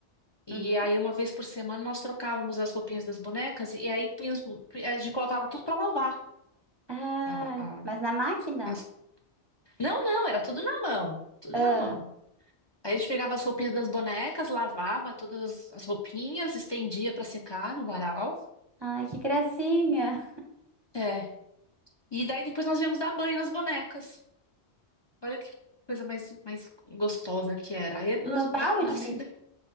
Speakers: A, on the left (about 25°); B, on the right (about 25°).
A: e
B: uhum.
A: aí uma vez por semana nós trocávamos as roupinhas das bonecas, e aí punhamos, a gente colocava tudo para lavar.
B: Ah,
A: A, a-
B: mas na máquina?
A: as- Não, não, era tudo na mão, tudo
B: Ah,
A: na mão. Aí a gente pegava as roupinhas das bonecas, lavava todas as as roupinhas, estendia para secar no varal.
B: ai, que gracinha.
A: É. E daí depois nós íamos dar banho nas bonecas. Olha que coisa mais, mais gostosa que era. Aí, nós,
B: No balde?
A: assim,